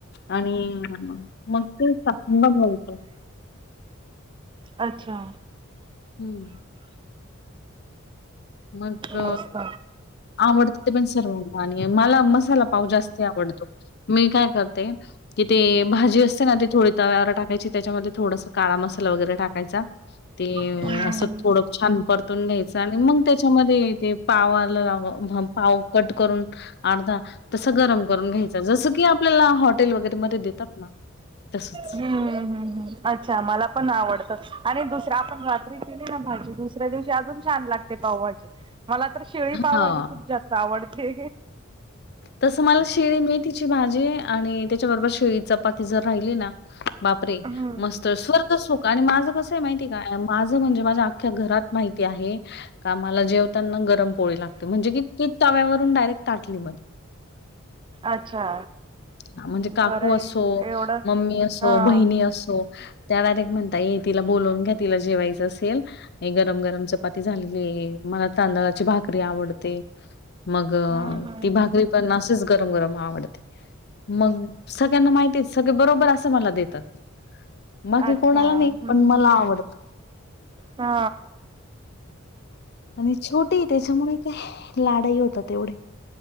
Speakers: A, on the left; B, on the right.
A: आणि मग ते टाकून बनवायच
B: अच्छा
A: हम्म मग
B: मस्त
A: आवडत ते पण सर्वांना आणि मला मसाला पाव जास्ती आवडतो मी काय करते किथ ते भाजी असते ना ती थोडी तव्यावर टाकायची त्याच्यामध्ये थोडास काळा मसाला वगैरे टाकायचा ते
B: हम्म.
A: असं थोडं छान परतून घ्यायचं आणि मग त्याच्यामध्ये ते पावला ला पाव कट करून अर्धा तस गरम करून घ्यायच जसं की आपल्याला हॉटेल वगैरे मध्ये देतात ना तसच
B: हम्म हम्म अच्छा मला पण आवडत आणि दुसर आपण रात्री केली ना भाजी दुस दुसऱ्या दिवशी अजून छान लागते पावभाजी मला तर शिळी पावभाजी
A: हा.
B: खूप जास्त आवडते
A: तसं मला शिळी मेथीची भाजी आणि त्याच्याबरोबर शिळी चपाती जर राहिली ना बापरे
B: हम्म
A: मस्त स्वर्ग सुख आणि माझं कसं आहे माहिती का माझं म्हणजे माझ्या अख्ख्या घरात माहिती आहे का मला जेवताना गरम पोळी लागते म्हणजे की ती तव्यावरून डायरेक्ट ताटली मध्ये
B: अच्छा
A: हा म्हणजे काकू
B: बरं आहे
A: असो,
B: एवढं
A: मम्मी असो,
B: हा
A: बहिणी असो त्या डायरेक्ट म्हणता ये तिला बोलून घ्या तिला जेवायचं असेल हे गरम, गरम चपाती झालेली आहे मला तांदळाची भाकरी आवडते मग
B: हम्म हम्म
A: ती
B: हम्म
A: भाकरी पण असच गरम, गरम आवडते मग सगळ्यांना माहिती सगळे बरोबर असं मला देतात बाकी
B: अच्छा
A: कोणाला नाही
B: हम्म
A: पण मला आवडत
B: हा
A: आणि छोटी त्याच्यामुळे काय लाडाई होतात तेवढे